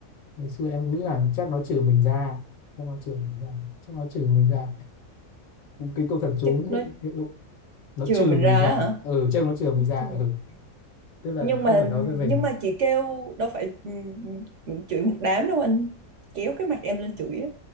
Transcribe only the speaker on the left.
ngày xưa em nghĩ là chắc nó trừ mình ra chắc nó trừ mình ra chắc nó trừ mình ra cái câu thần chú
nó
hiện, hiện dụng nó
trừ
mình
ra
ừ chắc nó trừ mình
ra
ừ tức là
không
phải nói về mình